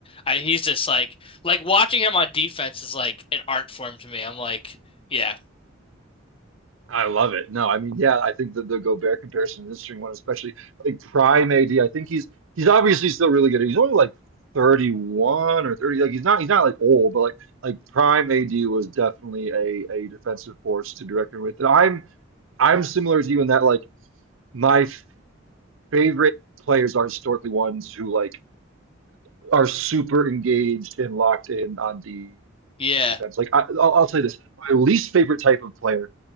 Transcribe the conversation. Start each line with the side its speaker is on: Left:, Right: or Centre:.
Left: I, he's just like like watching him on defense is like an art form to me. I'm like, yeah,
Right: I love it. No, I mean yeah, I think the the Gobert comparison is an interesting one, especially like prime AD. I think he's he's obviously still really good. He's only like 31 or 30. Like he's not he's not like old, but like like prime AD was definitely a a defensive force to direct him with. And I'm I'm similar to you in that like my favorite players are historically ones who like are super engaged and locked in on defense.
Left: yeah,
Right: Like I, I'll, I'll say this, my least favorite type of player